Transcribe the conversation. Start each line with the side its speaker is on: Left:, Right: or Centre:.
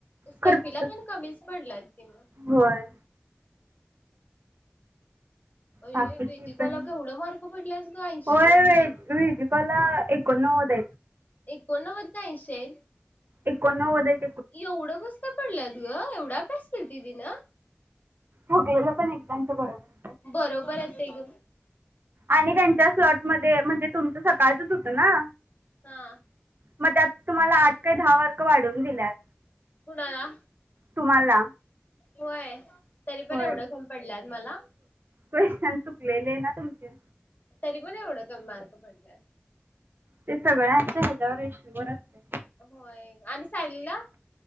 Left: सेफीला
Right: खरं
Left: पण कमीच पडला कि मग.
Right: होय
Left: अरे
Right: बाकीची
Left: वेदिकाला
Right: पण,
Left: केवढं मार्क पडल्यात ग ऐंशी
Right: होय वेदिका लाएक. एकोननणव्हडं
Left: एकोणनव्वद काय आशी आहि
Right: एकोणनव्वद आहित
Left: एवढंस कास काय पडल्यातग एवढा अभ्यास केलती तीन.
Right: हो गेलं पण एकदांच बरत
Left: बरोबर आहे ते ग.
Right: आणि त्यांच्या फ्याटमध्ये म्हणजे तुमचं सकाळचच होत ना
Left: हा
Right: मग त्यात तुम्हाला आठ काय दहा मार्क वाढवून दिल्यात.
Left: कुणाला.
Right: तुम्हाला.
Left: होय. तरी
Right: होय
Left: पण एवढं कमी पडलंत मला.
Right: <unintelligible> चुकलेले ना तुमचे.
Left: तरी पण एवढ कमी मार्क पडलंयात.
Right: ते सगळ हातच्या रेशीवर असतय.
Left: होय आणि सायलीला.